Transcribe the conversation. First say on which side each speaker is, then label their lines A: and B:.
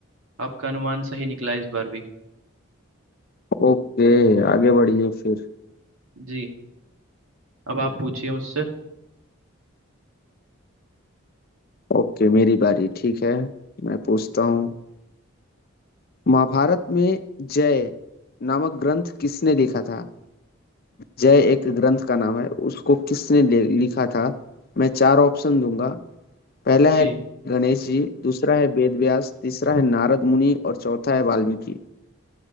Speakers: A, on the right (about 75°); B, on the left (about 45°).
A: आपका अनुमान सही निकला इस बार भी
B: ओके आगे बढ़िए फिर
A: जी अब आप पूछिए मुझसे
B: ओके मेरी बारी ठीक है मैं पूछता हूँ महाभारत में जय नामक ग्रंथ किसने लिखा था जय एक ग्रंथ का नाम है उसको किसने ले- लिखा था मैं चार ऑप्शन दूंगा पहला
A: जी
B: है गणेश जी दूसरा है वेद व्यास तीसरा है नारद मुनि और चौथा है वाल्मीकि